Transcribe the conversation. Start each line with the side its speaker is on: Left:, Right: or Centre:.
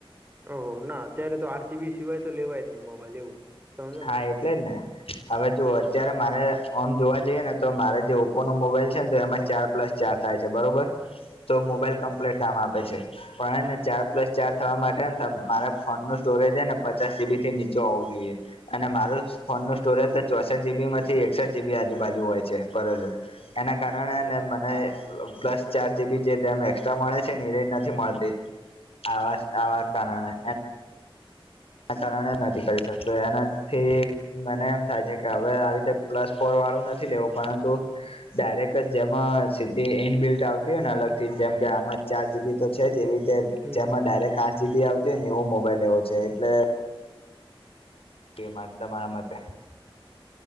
Right: હો ના અત્યારે તો આઠ જી બી સિવાય તો લેવાય જ નહી મોબાઈલ એવું. સમજો
Left: હા,
Right: ને
Left: એટલે જ ને. હવે જો અત્યારે
Right: હમ
Left: મારે ઓમ જોવા જઈએ ને, તો મારે જે ઓપો નો મોબાઈલ છે ને, તો એમાં ચાર પ્લસ ચાર થાય છે બરોબર, તો મોબાઈલ
Right: હમ
Left: કમ્પ્લીટ કામ આપે છે. પણ એને ચાર પ્લસ ચાર થવા માટે ને મારે ફોન નું સ્ટોરેજ હને પચાસ જીબી થી નીચ ચો હોવુ જોઈએ. અને મારું ફોન નું સ્ટોરેજ તો ચોસઠ જીબી માંથી એકસઠ જીબી આજુબાજુ હોય છે ભરેલું. એના કારણે
Right: હમ
Left: ને મને, અ પ્લસ ચાર જીબી જે રેમ એકસ્ટ્રા મળે છે ને, એ રેમ નથી મળતી. આવાસ આવા કારણે ના કારણે નથી કરી શકતું, એનાથી મને એમ થાય છે કે, હવે આવી રીતે પ્લસ ફોર વાળું નથી લેવું, પરંતુ ડાયરેક્ટ જ જેમાં સીધી ઇનબિલ્ટ આવતી હોય ને, અલગ થી જેમ કે આમાં ચાર જીબીતો છેજ, એવી રીતે
Right: હમ
Left: જેમાં
Right: હમ
Left: ડાયરેક્ટ આઠ જીબી આવતી હોય ને એવો મોબાઈલ લેવો છે, એટલે એ મા તમારા મતે.